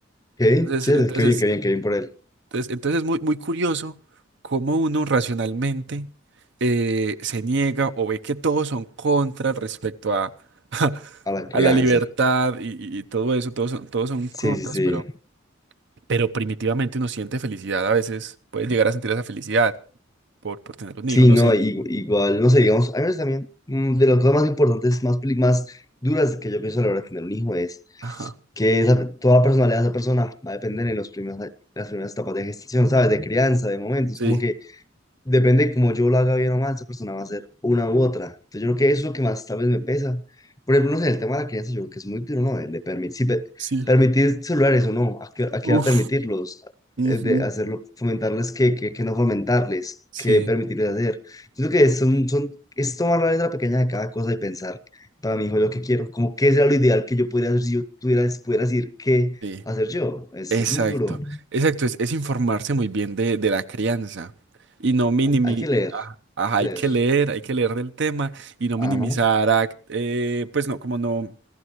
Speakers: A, on the left (about 20°); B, on the right (about 65°).
A: Qué
B: Entonces,
A: chévere,
B: entonces
A: qué bien, qué bien, qué bien por él,
B: entonces, entonces es muy, muy curioso cómo uno racionalmente eh, se niega o ve que todos son contra respecto a, <laughs>
A: a la crianza.
B: a la libertad y, y- y todo eso, todos son, todos son contras,
A: Sí, sí, sí.
B: pero, pero primitivamente uno siente felicidad a veces, puede llegar a sentir esa felicidad por, por tener un
A: Sí,
B: hijo, no
A: no,
B: sé.
A: igu- igual, no sé, digamos, a veces también mm, de las cosas más importantes, más, peli- más duras que yo pienso a la hora de tener un hijo es
B: Ajá,
A: que esa, toda la personalidad de esa persona va a depender en los primeros, a- las primeras etapas de gestación, ¿sabes? De crianza, de momentos,
B: sí.
A: como que depende de cómo yo lo haga bien o mal, esa persona va a ser una u otra. Entonces, yo creo que eso es lo que más tal vez me pesa. Por ejemplo, no sé, el tema de la crianza, yo creo que es muy duro, ¿no? El de permitir, si pe-
B: Sí.
A: permitir celulares o no, ¿a qué, a qué edad
B: Uf.
A: permitirlos?
B: Ujú.
A: Eh, De hacerlo, fomentarles que, que, que no fomentarles,
B: Sí.
A: que permitirles hacer. Yo creo que son, son, es tomar la letra pequeña de cada cosa y pensar, para mi hijo, yo qué quiero, como qué será lo ideal que yo pudiera hacer si yo tuviera, pudiera decir qué
B: Sí.
A: hacer yo. Es,
B: Exacto,
A: es muy duro.
B: exacto, es, es informarse muy bien de, de la crianza y no minimizar,
A: Hay que leer,
B: ajá, ajá,
A: hay que
B: hay
A: leer.
B: que leer, hay que leer del tema y no
A: Ajá.
B: minimizar, ac- eh, pues no, como no